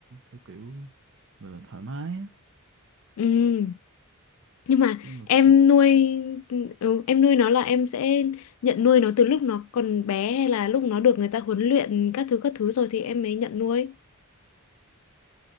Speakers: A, on the right; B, on the left.
A: theo kiểu gọi là thoải mái á
B: ừ nhưng mà
A: chung là
B: em
A: cũng
B: nuôi ừ, em nuôi nó là em sẽ nhận nuôi nó từ lúc nó còn bé hay là lúc nó được người ta huấn luyện các thứ các thứ rồi thì em mới nhận nuôi